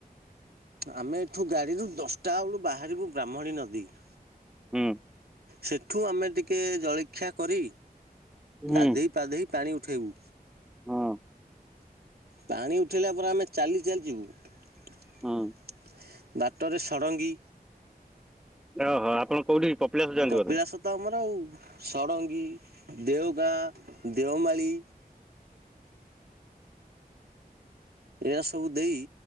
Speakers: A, on the right; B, in the centre.
A: ଆମେ ଏଠୁ ଗାଡିରୁୁ ଦଶଟା ବେଳୁ ବାହାରିବୁ ବ୍ରାହ୍ମଣୀ ନଦୀକୁ।
B: ହୁଁ।
A: ସେଠୁ ଆମେ ଟିକେ ଜଳଖିଆ କରି
B: ହୁଁ
A: ଗାଧୋଇ ଗାଧେଇକି ପାଣି ଉଠାଇବୁ।
B: ହଁ।
A: ପାଣି ଉଠାଇଲା ପରେ ଆମେ ଚାଲି ଚାଲିଯିବୁ।
B: ହୁଁ।
A: <unintelligible> ବାଟରେ ଷଡଙ୍ଗୀ।
B: ଓହୋ ଆପଣ କୋଉଠି? କପିଳାସ ଯାଆନ୍ତି
A: କପିଳାସ
B: ବୋଧେ?
A: ତ ଆମର ଆଉ ଷଡଙ୍ଗୀ, ଦେଓଗାଁ, ଦେଓମାଳି ଏରା ସବୁ ଦେଇ